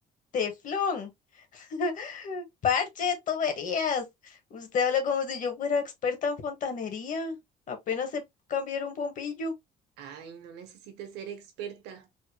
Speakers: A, on the left; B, on the right.
A: ¡Teflón! <laughs> Parche, tuberías. Usted habla como si yo fuera experta en fontanería. Apenas se cambiar un bombillo.
B: Ay, no necesita ser experta.